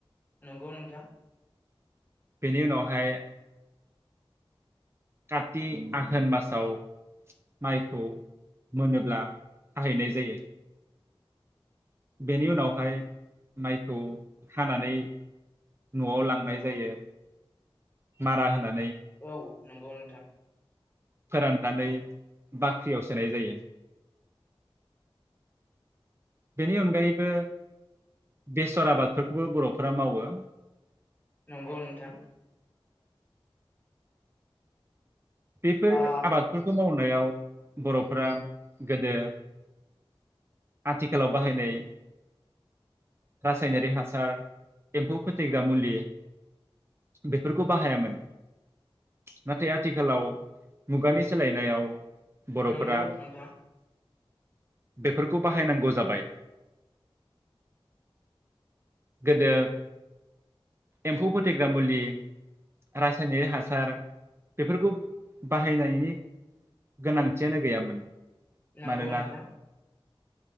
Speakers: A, on the left; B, on the right.
A: नंगौ नोंथां
B: बेनि उनावहाय कति आघोन मासाव माइखौ मोनोब्ला फाहैनाय जायो। बेनि उनावहाय माइखौ खानानै न'आव लांनाय जायो मारा होनानै
A: औ। नंगौ नोंथां।
B: फोराननानै बाख्रियाव सोनाय जायो। बेनि अनगायैबो बेसर आबादफोरखौबो बर'फोरा मावो
A: नंगौ नोंथां।
B: बेफोर
A: आ
B: आबादफोरखौ मावनो बर'फोरा गोदो आथिखालाव बाहायनाय रासायनारिक हासार एम्फौ फोथैग्रा मुलि बेफोरखौ बाहायामोन नाथाय आथिखालाव मुगानि सोलायनायाव बर'फोरा
A: नंगौ नोंथां।
B: बेफोरखौ बाहायनांगौ जाबाय गोदो एम्फौ फोथेग्रा मुलि रासायनिक हासार बेफोरखौ बाहायनायनि गोनांथियानो गैयामोन।
A: नंगौ
B: मानोना
A: नोंथां।